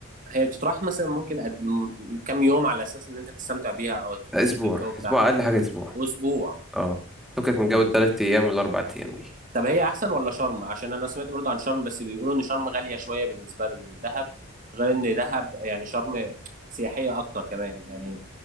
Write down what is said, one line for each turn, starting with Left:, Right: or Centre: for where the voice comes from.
Right: هي بتطرح مثلا ممكن قد... م- كام يوم على أساس إن أنت تستمتع بيها أو تحس
Centre: اسبوع
Right: بالجو بتاعها
Centre: اسبوع اقل حاجة اسبوع
Right: أسبوع
Centre: اه فكك من جو
Right: مم.
Centre: التلات ايام والاربع ايام دي
Right: طب هي أحسن ولا شرم؟ عشان أنا سمعت برضه عن شرم بس بيقولوا إن شرم غالية شوية بالنسبة لدهب غير إن دهب يعني شرم سياحية أكتر كمان يعني